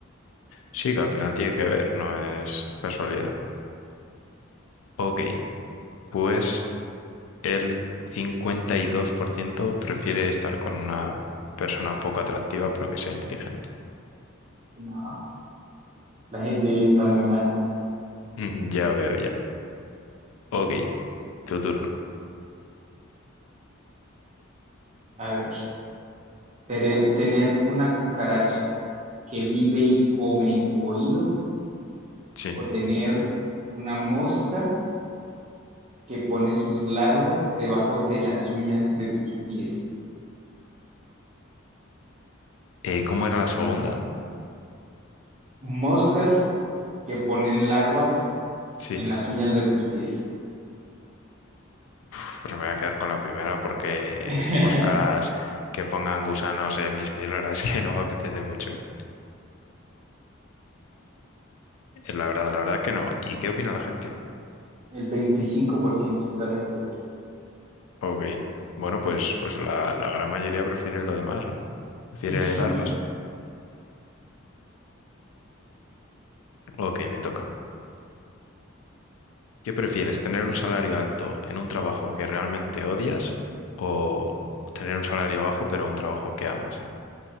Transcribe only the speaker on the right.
No, la gente está muy mal.
A ver, tere- tener una cucaracha que vive y come en tu oído
o tener una mosca que pone sus larvas debajo de las uñas de tus pies.
Moscas que ponen larvas
en las uñas de tus pies.
<laughs>
El veinticinco por ciento está de acuerdo.
<laughs>